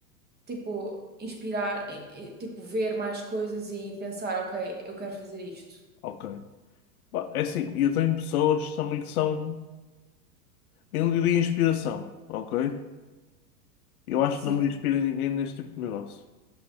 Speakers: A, on the right; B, on the left.
A: tipo, inspirar, e- e, tipo, ver mais coisas e pensar, ok, eu quero fazer isto.
B: ok. Pá, É assim, eu tenho pessoas também que são, eu não diria inspiração, ok? Eu acho
A: Sim,
B: que não me inspira ninguém neste tipo de negócio.